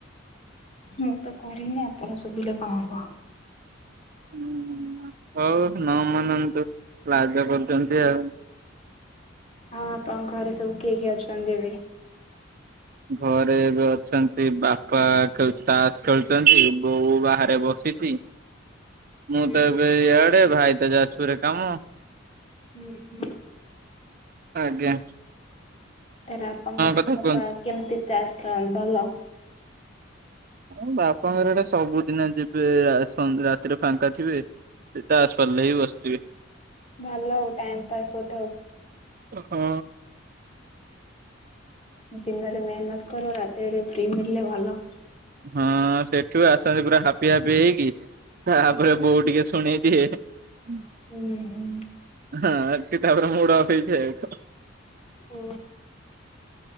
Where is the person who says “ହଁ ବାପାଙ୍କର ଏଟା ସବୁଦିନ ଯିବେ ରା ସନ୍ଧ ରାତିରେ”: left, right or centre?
Right